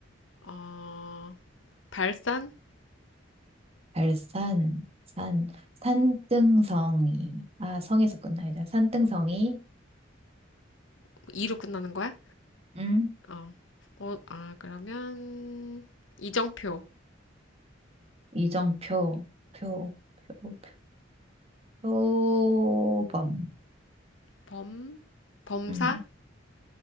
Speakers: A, on the left; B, on the right.
A: 어, 발산?
B: 발산, 산, 산등성이. 아, 성에서 끝나야 산등성이,
A: 뭐 이로 끝나는 거야?
B: 응,
A: 어, 어, 아, 그러면, 이정표.
B: 이정표, 표, 표, 표, 표범.
A: 범, 범사?
B: 음.